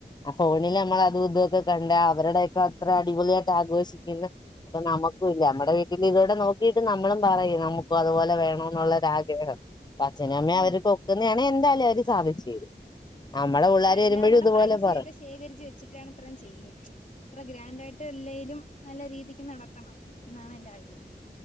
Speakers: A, on the left (about 25°); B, on the left (about 50°).
A: ആ ഫോണിൽ നമ്മൾ അതും ഇതൊക്കെ കണ്ട അവരുടെയൊക്കെ അത്ര അടിപൊളിയായിട്ട് ആഘോഷിക്കുന്നു. അപ്പ നമുക്കൂല്ല നമ്മടെ വീട്ടി പിന്നെ ഇതോടെ നോക്കിയിട്ട് നമ്മളും പറയും നമുക്കും അതുപോലെ വേണം എന്നുള്ളൊര് ആഗ്രഹം അച്ചഛനും അമ്മയും
B: ആഹ്
A: അവര് ഒക്കുന്നാണെങ്കി എന്തായാലും അവര് സാധിച്ച് തരും. നമ്മളെ
B: ഉം ഇപ്പൊ
A: പിള്ളോര്
B: എല്ലാം
A: വരുമ്പോഴും
B: കൂടെ
A: ഇതുപോലെ
B: പൈസയൊക്കെ
A: പറയും.
B: ശേഖരിച്ച് വെച്ചിട്ടാണ് ഇത്രയും ചെയ്യുന്നത് അത്ര ഗ്രാൻഡ് ആയിട്ട് അല്ലേലും നല്ല രീതിക്ക് നടത്തണം എന്നാണ് എൻ്റെ ആഗ്രഹം.